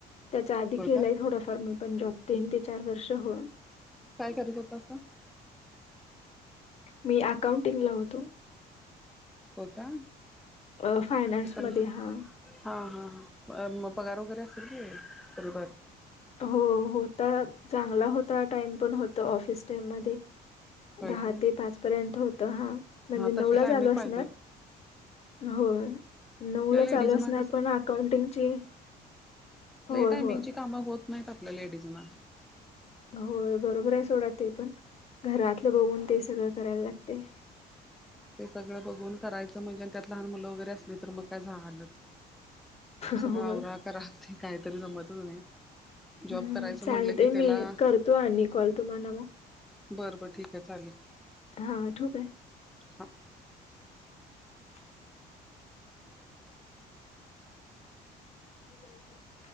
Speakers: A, on the left (about 40°); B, in the centre.
A: त्याच्या आधी
B: होय
A: केलंय
B: का
A: थोडाफार मी. पण जॉब. तीन ते चार वर्ष हो.
B: काय करत होतासा.
A: मी अकाउंटिंगला होतो.
B: होय का
A: अ फायनान्स
B: तर
A: मध्ये हा
B: हा हा हा म पगार वैगेरे असेल कि तरीपण.
A: हो होता. चांगला होता. टाइम पण होतो ऑफिस टाइम मध्ये.
B: होय
A: दहा
B: का
A: ते पाच पर्यंत होत. हा म्हणजे
B: हा
A: नऊ
B: तशी
A: ला
B: टायमिंग
A: चालू असणार.
B: पाहिजे
A: होय. नऊला
B: आपल्या लेडीजना
A: चालू असणार पण अकाउंटिंगची होय,
B: लय टायमिंगची
A: होय.
B: कामं होत नाहीत आपल्या लेडीजना.
A: होय बरोबर आहे सोडा ते पण. घरातल बघून ते सगळ करायला लागतय.
B: ते सगळं बघून करायचं म्हणजे आणि त्यात लहान मुलं वगैरे असली तर मग काय झालच. सगळं
A: होय.
B: आवरा करा ते कांहीतरी जमंतच नई. जॉब
A: हं,
B: करायचं
A: चालतंय
B: म्हटलं की, त्याला
A: मी करतो आणि कॉल तुम्हाला मग.
B: बरं बर ठीक आहे चालेल.
A: हा ठेऊ काय?
B: हा.
A: <unintelligible> हो <unintelligible>